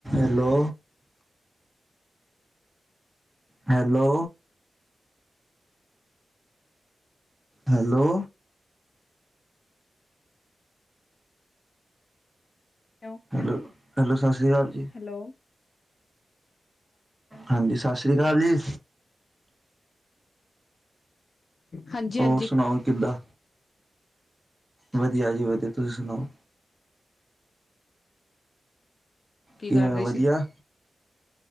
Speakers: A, in the centre; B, on the left (about 45°).
A: Hello. Hello. Hello
B: hello
A: hello hello ਸਤਿ ਸ਼੍ਰੀ ਅਕਾਲ ਜੀ।
B: ਹੈਲੋ
A: ਹਾਂਜੀ ਸਤਿ ਸ੍ਰੀ ਅਕਾਲ ਜੀ।
B: ਹਾਂਜੀ।
A: ਹੋਰ ਸੁਣਾਓ ਕਿੱਦਾਂ। ਵਧੀਆ ਜੀ ਵਧੀਆ ਤੁਸੀਂ ਸੁਣਾਓ
B: ਕੀ
A: ਕਿਵੇਂ
B: ਕਰ ਰਹੇ
A: ਵਧੀਆ
B: ਸੀ?